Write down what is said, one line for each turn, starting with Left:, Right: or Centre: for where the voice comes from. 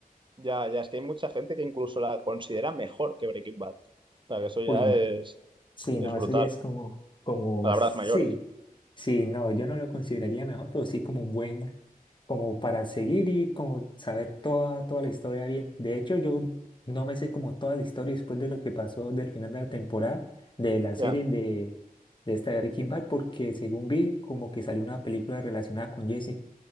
Right: ya, ya. Es que hay mucha gente que incluso la considera mejor que Breaking Bad. O sea, que eso ya
Left: Uy,
Right: es,
Left: Sí,
Right: es
Left: no,
Right: brutal.
Left: eso ya es como, como,
Right: Palabras
Left: sí,
Right: mayores.
Left: sí, no, yo no lo consideraría mejor, pero sí como un buen, como para seguir y como saber toda, toda la historia bien. De hecho, yo no me sé como toda la historia después de lo que pasó del final de la temporada, de la serie
Right: Ya.
Left: de, de esta de Breaking Bad, porque según vi, como que salió una película relacionada con Jesse,